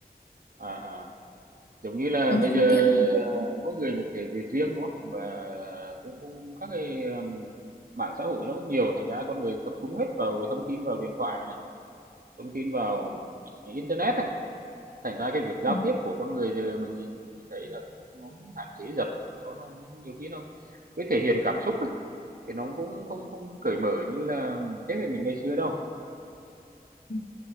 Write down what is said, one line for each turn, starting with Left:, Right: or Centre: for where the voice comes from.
Right: à, à. giống như là
Left: Có
Right: bây
Left: phương
Right: giờ
Left: tiện
Right: mỗi người một thể chế riêng đúng không và cũng cũng các cái um, mạng xã hội nó cũng nhiều thành ra con người tập trung hết vào thông tin vào điện thoại này thông tin vào internet này thành ra cái việc giao
Left: Ừ.
Right: tiếp của con người giờ mình, thấy là cũng nó cũng hạn chế dần mà có nó nhiều khi nó cái thể hiện cảm xúc ấy, thì nó cũng không không cởi mở như là thế hệ mình ngày xưa đâu
Left: ừ,